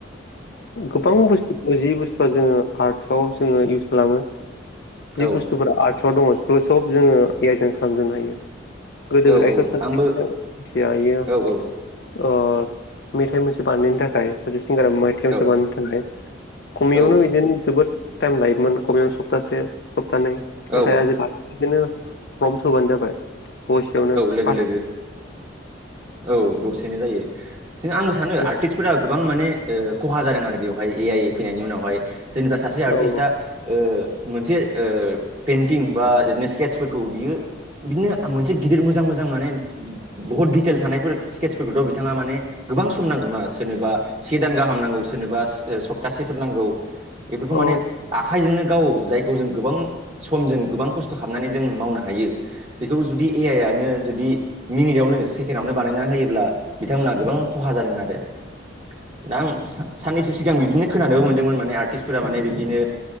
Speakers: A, on the left; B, on the right.
A: गोबां बुस्थु जि बुस्थुआ जोङो आर्ट्साव जोङो इउस खालामो। जि
B: औ
A: बुस्थुफोरा आर्ट्सआव दङ बेफोरखौ सब जोङो एयजन खालामजोबनो हायो। गोदो
B: औ
A: गोदाय
B: औ
A: सासे
B: आंबो
A: <unintelligible>
B: औ औ
A: मेथाइ मोनसे बानायनायनि थाखाय सासे सिंगाराइटाइमसोबानो
B: औ
A: थाखाय खमयावनो
B: औ
A: बिदिनो जोबोद टाइम लायोमोन खमैबो सप्तासे सप्तानै
B: औ
A: नाथाय आजिखालि बिदिनो फर्म थोबानो जाबाय बयसेयावनो
B: लोगो
A: फार्स्
B: औ दसेनो जायो। जों आंबो सानो
A: औ
B: आर्टिस्टफोरा गोबां माने खहा जादों आरो बेवहाय ए आइ ए फैनायनि उनावहाय जेनेबा सासे आर्टिस्टआ
A: औ
B: मोनसे पेइन्टिं बा बिओरैनो स्केट्सफोरखौ बियो बिदिनो मोनसे गिदिर मोजां मोजां माने बुहुत दिडिटेल थानायफोर स्केट्सफोरखौथ' बिथाङा माने गोबां सम नांगौना। सोरनोबा सि दान गाहाम नांगौ सोरनोबा सप्तासेफोर नांगौ। बेफोरखौ
A: औ
B: माने आखाइजोंनो गाव जायखौ जों गोबां सम जों गोबां खस्थ' खालामनानै जों मावनो हायो बेखौ जुदि ए आइआनो जुदि मिनिटावनो सेकेणडआवनो बानायना होयोब्ला बिथांमोनहा गोबां खहा जादों आरो। <inaudible> साननैसो सिगां बिदिनो खोनानोबो मोनदोंमोन माने आर्टिस्टफोरा माने बिदिनो